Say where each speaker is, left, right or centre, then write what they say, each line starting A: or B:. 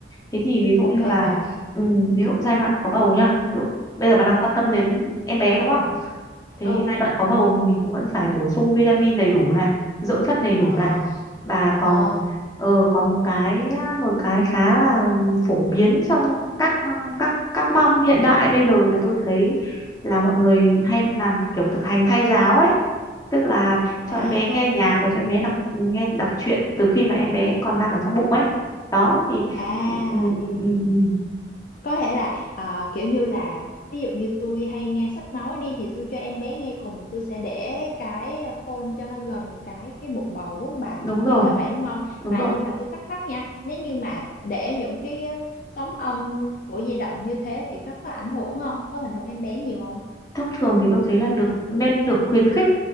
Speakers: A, on the left; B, on the left.
A: thế thì ví dụ
B: ok
A: như là
B: bà.
A: ừm, ví dụ giai đoạn có bầu nha ví dụ bây giờ bà đang
B: Ừ,
A: quan tâm đến em bé đúng không thế
B: ừ,
A: thì giai đoạn có bầu thì mình cũng vẫn phải bổ sung vitamin đầy đủ này dưỡng chất đầy đủ
B: ờ,
A: này và còn
B: ờ.
A: ờ, còn một cái một cái khá là phổ biến trong các các các mâm hiện đại bây giờ là tôi thấy là mọi người hay làm kiểu thực hành thai giáo ấy tức là cho
B: À,
A: em bé nghe nhạc rồi cho em bé đọc nghe đọc truyện từ khi mà em bé còn đang ở trong bụng ấy đó thì
B: à,
A: ừ, ừ, ừ, ừ, ừ,
B: có thể là ờ, kiểu như là ví dụ như tôi hay nghe sách nói đi thì tôi cho em bé nghe cùng tôi sẽ để cái ờ, phone cho nó gần cái cái bụng bầu đúng không bà?
A: đúng rồi
B: Kiểu là vậy đúng không?
A: đúng
B: Mà
A: rồi
B: nhưng mà tôi thắc mắc nha, nếu như mà để những cái ờ, sóng âm của di động như thế thì nó có ảnh hưởng không? Có ảnh hưởng em bé nhiều không?
A: thông thường thì tôi thấy là được nên được khuyến khích